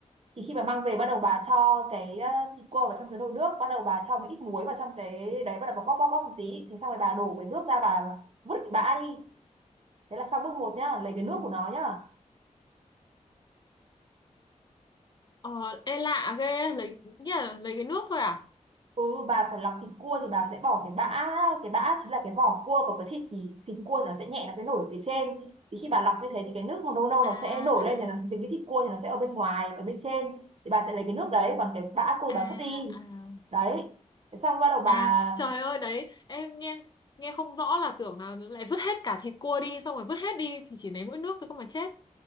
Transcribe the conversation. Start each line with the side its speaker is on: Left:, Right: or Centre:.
Right: thì khi mà mang về bắt đầu bà cho cái ờ, thịt cua vào trong cái nồi nước bắt đầu bà cho một ít muối vào trong cái đấy bắt đầu bà bóp bóp bóp một tí thế xong rồi bà đổ cái nước ra bà vứt cái bã đi thế là xong bước một nhá lấy cái nước của nó nhá
Left: ờ ê lạ ghê lấy nghĩa là lấy cái nước thôi à
Right: ừ bà phải lọc thịt cua thì bà sẽ bỏ cái bã cái bã chính là cái vỏ cua của cái thịt thì thịt cua nó sẽ nhẹ nó sẽ nổi ở phía trên thì khi bà lọc như thế thì cái nước màu nâu nâu nó
Left: à
Right: sẽ nổi lên thì nó tính cái thịt cua thì nó sẽ ở bên ngoài ở bên trên thì bà sẽ lấy cái nước đấy còn cái bã cua
Left: à
Right: bà vứt đi
Left: à à
Right: đấy Thế xong bắt đầu bà
Left: À trời ơi đấy em nghe nghe không rõ là tưởng là lại vứt hết cả thịt cua đi xong rồi vứt hết đi thì chỉ lấy mỗi nước thôi cơ mà chết.